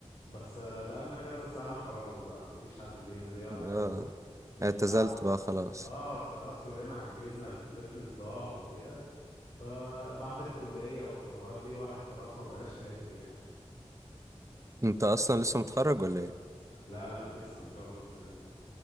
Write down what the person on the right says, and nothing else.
أه
اعتزلت
بقى خلاص
أنت أصلا لسه متخرج ولا إيه؟